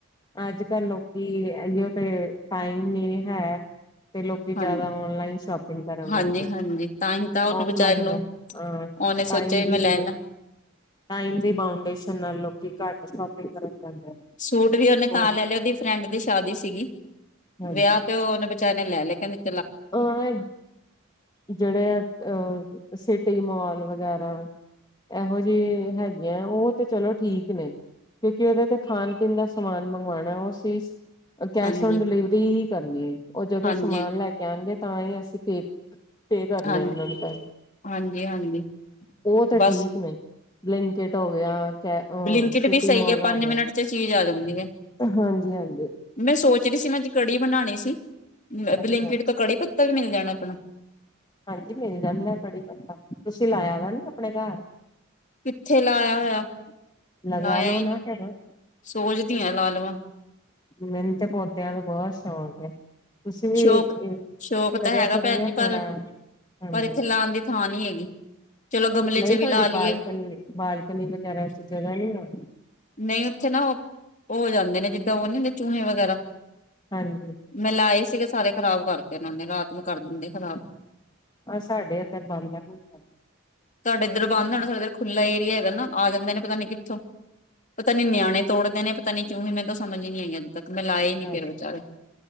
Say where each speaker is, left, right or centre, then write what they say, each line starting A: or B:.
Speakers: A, on the left (about 20°); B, on the left (about 35°).
A: ਅੱਜ- ਕੱਲ ਲੋਕੀ ਇਓ ਤੇ ਟਾਈਮ ਨੀ ਹੈ। ਤੇ ਲੋਕੀ ਜਿਆਦਾ
B: ਹਾਂਜੀ
A: ਔਨਲਾਈਨ ਸ਼ੋਪਿੰਗ ਕਰਨ
B: ਹਾਂਜੀ
A: ਲੱਗ ਗਏ।
B: ਹਾਂਜੀ ਤਾਂ ਹੀ ਤਾਂ ਉਹਨੂੰ
A: ਔਫ
B: ਵਿਚਾਰੇ
A: ਲਈਨ ਨੂੰ ਅ
B: ਉਹਨੇ ਸੋਚਿਆ
A: ਟਾਈਮ
B: ਵੀ
A: ਦੀ
B: ਮੈਂ ਲੈ ਲਾ
A: ਟਾਈਮ ਦੀ ਬਾਉਂਡੇਸ਼ਨ ਨਾਲ ਲੋਕੀ ਘੱਟ ਸੋ਼ਪਿਂਗ ਕਰਨ ਜਾਂਦੇ ਨੇ
B: ਸੂਟ ਵੀ ਉਹਨੇ
A: ਉਹ
B: ਤਾਂ ਲੈ ਲਿਆ, ਉਹਦੀ ਫਰੈਂਡ ਦੀ ਸ਼ਾਦੀ ਸੀਗੀ।
A: ਹਾਂਜੀ।
B: ਵਿਆਹ ਤੇ ਉਹਨੇ ਣੇ ਲੈ ਲੇ ਕੇਂਦੀ <inaudible>
A: ਅ ਜਿਹੜੇ ਅਹ ਸਿਟੀ ਮੋਲ ਵ ਵਗੈਰਾ ਇਹੋ ਜਿਹੀ ਹੈਗੀਆਂ, ਉਹ ਤੇ ਚਲੋ ਠੀਕ ਨੇ, ਕਿਉਂਕਿ ਉਹਦੇ ਤੇ ਖਾਣ ਪੀਣ ਦਾ ਸਮਾਨ ਮੰਗਵਾਉਣਾ ਉਹ ਸੀ ਕੈਸ਼
B: ਹਾਂਜੀ
A: ਓਨ ਡਿਲੀਵਰੀ ਹੀ ਕਰਨੀ ਹੈ, ਉਹ ਜਦੋਂ
B: ਹਾਂਜੀ
A: ਸਮਾਨ ਲੈ ਕੇ ਗੇ ਤਾਂ ਹੀ ਅਸੀਂ ਪੇ ਪੇ ਕਰਨੇ
B: ਹਾਂ
A: ਆ ਉਹਨਾਂ ਨੂੰ ਪੈਸੇ,
B: ਹਾਂਜੀ ਹਾਂਜੀ
A: ਉਹ ਤੇ
B: ਬਸ
A: ਠੀਕ ਨੇ ਬਲਿੰਕਿਟ ਹੋ ਗਿਆ
B: ਬਲਿੰਕਟ
A: ਸਿਟੀ
B: ਵੀ ਸਹੀ
A: ਮੋਲ
B: ਹੈ ਪੰਜ
A: ਹੋ ਗਿਆ
B: ਮਿੰਟ ਚ ਚੀਜ਼ ਆ ਜਾਂਦੀ ਹੈ
A: ਹਾਂਜੀ-ਹਾਂਜੀ।
B: ਮੈਂ ਸੋਚ ਰਹੀ ਸੀ ਮੈਂ ਅੱਜ ਕੜੀ ਬਣਾਉਣੀ <unintelligible> ਬਲਿੰਕਿਟ
A: ਅੱਛਾ।
B: ਤੋਂ ਕੜੀ ਪੱਤਾ ਵੀ ਮਿਲ ਜਾਣਾ ਅਪਣਾ।
A: ਹਾਂਜੀ ਮਿਲ ਜਾਂਦਾ ਐ ਕੜੀ ਪਤਾ। ਤੁਸੀਂ ਲਾਇਆ ਵਾ ਨੀ ਆਪਣੇ ਘਰ?
B: ਕਿੱਥੇ ਲਾਇਆ ਹੋਇਆ।
A: ਲਗਾ
B: ਲਾਇਆ
A: ਲੋ
B: ਹੀ
A: ਨਾ
B: ਨਹੀ
A: ਫਿਰ
B: ਸੋਚਦੀਆਂ ਲਾ ਲਵਾਂ।
A: ਮੈਨੂੰ ਤੇ ਪੌਦਿਆਂ ਦਾ ਬਹੁਤ ਸ਼ੌਕ ਹੈ। ਤੁਸੀਂ ਵੀ
B: ਸ਼ੌਕ, ਸ਼ੌਕ
A: ਕਰਿਆ
B: ਤਾਂ ਹੈਗਾ
A: ਕਰੋ
B: ਭੈਣ
A: ਨਾ
B: ਜੀ ਪਰ,
A: ਥੋੜਾ ਹਾਂਜੀ
B: ਪਰ ਇੱਥੇ ਲਉਣ ਦੀ ਥਾਂ ਨਹੀ ਹੈਗੀ। ਚਲੋ ਗਮਲੇ
A: ਨਹੀਂ
B: ਚ
A: ਤੁਹਾਡੀ
B: ਵੀ ਲਾ ਲਈਏ
A: ਬਾਲਕਨੀ-ਬਾਲਕਨੀ ਵਗੈਰਾ ਚ ਜਗ੍ਹਾ ਨੀ ਆ।
B: ਨਹੀਂ ਉੱਥੇ ਨਾ ਉਹ ਹੋ ਜਾਂਦੇ ਨੇ ਜਿੱਦਾਂ ਉਹ ਨੀ ਹੁੰਦੇ ਚੂਹੇ ਵਗੈਰਾ।
A: ਹਾਂਜੀ
B: ਮੈਂ ਲਾਏ ਸੀਗੇ ਸਾਰੇ ਖ਼ਰਾਬ ਕਰਕੇ ਇਹਨਾਂ ਨੇ ਰਾਤ ਨੂੰ ਕਰ ਦਿੰਦੇ ਖ਼ਰਾਬ।
A: ਆਹ ਸਾਡੇ ਇੱਧਰ ਬੰਦਰ ਨੀ ਛਡਦੇ।
B: ਤਹਾਡੇ ਇੱਧਰ ਬੰਦਰ ਆਣਾ ਸਾਡੇ ਇੱਧਰ ਖੁੱਲਾ ਏਰੀਆ ਹੈਗਾ ਨਾ ਆ ਜਾਂਦੇ ਨੇ ਪਤਾ ਨੀ ਕਿੱਥੋਂ। ਪਤਾ ਨੀ ਨਿਆਣੇ ਤੋੜਦੇ ਨੇ ਪਤਾ ਨੀ ਚੂਹੇ ਮੈਨੂੰ ਤਾ ਸਮਝ ਨੀ ਆਈ ਹ ਤੱਕ ਮੈਂ ਲਾਏ ਨੀ
A: ਹਾਂਜੀ
B: ਫੇਰ ਵਿਚਾਰੇ